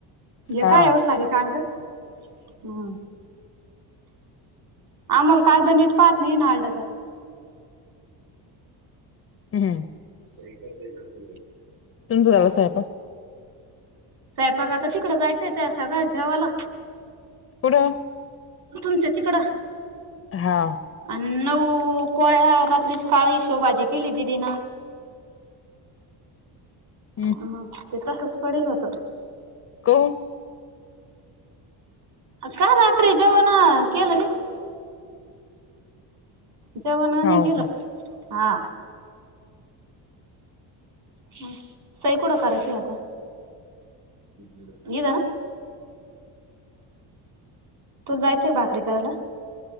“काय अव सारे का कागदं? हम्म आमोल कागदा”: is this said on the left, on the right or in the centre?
Right